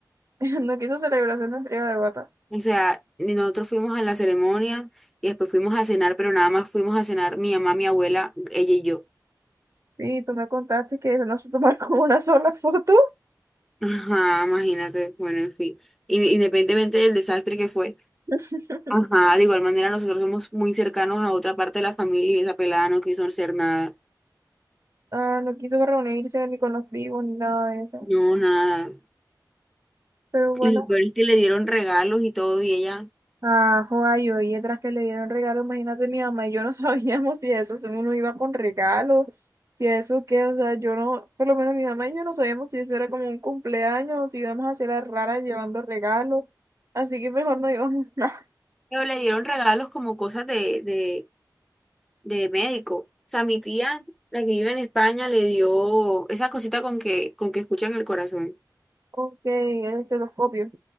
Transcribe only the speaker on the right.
<laughs> No quiso celebración de entrega de bata.
Sí, tú me contaste que no se tomaron <laughs> una sola foto.
<laughs>
Ah, no quiso reunirse ni con los primos ni nada de eso.
Pero bueno.
Ah, yo y otras que le dieron regalo, imagínate mi mamá y yo no <laughs> sabíamos si eso, si uno iba con regalo, si eso qué, o sea, yo no, por lo menos mi mamá y yo no sabíamos si eso era como un cumpleaños o si íbamos a hacer la rara llevando regalo, así que mejor no íbamos <laughs> nada.
Ok, el estetoscopio.